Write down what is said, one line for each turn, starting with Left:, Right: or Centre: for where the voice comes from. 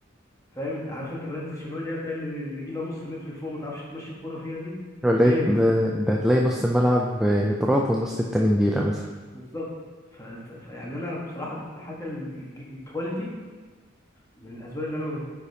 Left: فاهم عارف انت مراكز الشباب اللي هي بتلاقي النجيله نص متر لفوق ما تعرفش تمشي الكوره فيها دي
Centre: ولا إيه؟
Left: هي دي
Centre: ده ده تلاقي نص الملعب آه، تراب والنص التاني نجيلة مثلا
Left: بالظبط ف... ف- فيعني انا بصراحه دي حاجه الكواليتي من الاسباب اللي انا ما